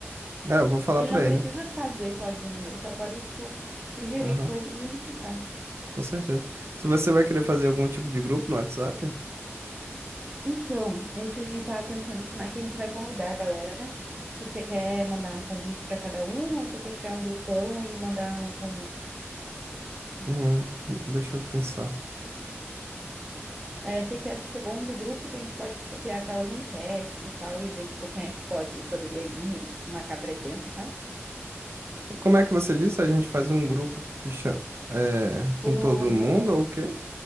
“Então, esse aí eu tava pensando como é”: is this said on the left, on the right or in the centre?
Right